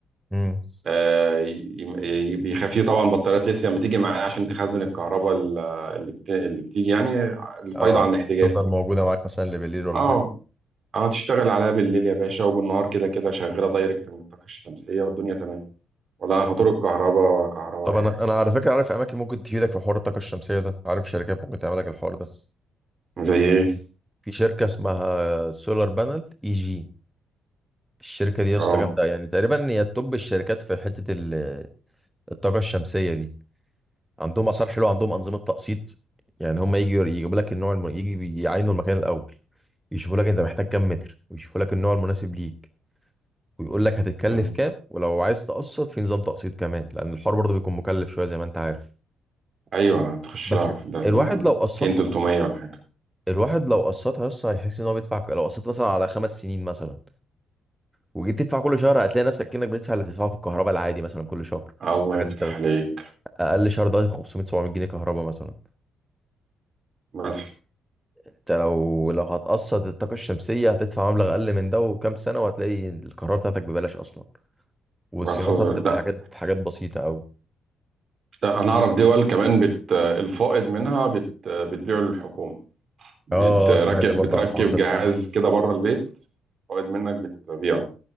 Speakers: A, in the centre; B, on the right (about 50°).
A: امم
B: آه، ي- ي- بيخفيه طبعا بطاريات ليثيوم بتيجي معايا عشان تخزن الكهرباء ال- اللي بت- اللي بتيجي يعني الفايضة
A: اه
B: عن الاحتياجات
A: تفضل موجوده معاك مثلا لبالليل ولا
B: اه
A: حاجه
B: اه تشتغل عليها بالليل يا باشا وبالنهار كده كده شغاله دايركت من الطاقه الشمسيه والدنيا تمام ولا خطور الكهرباء ولا كهرباء ولا
A: طب انا
B: اي حاجه
A: انا على فكره عارف اماكن ممكن تفيدك في حوار الطاقه الشمسيه ده عارف شركات ممكن تعمل لك الحوار ده
B: زي ايه
A: في شركه اسمها سولار بانل اي جي الشركه دي لسه
B: اه
A: جامده يعني تقريبا هي توب الشركات في حته ال- الطاقه الشمسيه دي عندهم اثار حلوه عندهم انظمه تقسيط يعني هم يجوا يجيبوا لك النوع الم... يجي يعينوا المكان الاول يشوفوا لك انت محتاج كام متر ويشوفوا لك النوع المناسب ليك ويقول لك هتتكلف
B: تمام.
A: كام ولو عايز تقسط في نظام تقسيط كمان لان الحوار برضه بيكون مكلف شويه زي ما انت عارف
B: ايوه تخش
A: بس
B: لها في ده ال
A: الواحد لو قسطها
B: 200 300 ولا حاجه
A: الواحد لو قسطها يس هيحس ان هو بيدفع لو قسطت مثلا على خمس سنين مثلا وجيت تدفع كل شهر هتلاقي نفسك كأنك بتدفع اللي بتدفعه في الكهرباء العادي مثلا كل شهر
B: الله
A: حاجه
B: يفتح
A: انت
B: عليك
A: اقل شهر ده 500 700 جنيه كهرباء مثلا
B: بس
A: انت لو لو هتقسط الطاقه الشمسيه هتدفع مبلغ اقل من ده وكام سنه وهتلاقي الكهرباء بتاعتك ببلاش اصلا وصيانتها
B: بقى خلاص
A: بتبقى
B: لا
A: حاجات حاجات بسيطه قوي
B: ده انا اعرف دول كمان بت الفائض منها بت بتبيعه للحكومه بتركب
A: اه سمعت برضه
B: بتركب
A: عن الحوار ده
B: جهاز كده بره البيت فائض منك بتبيعه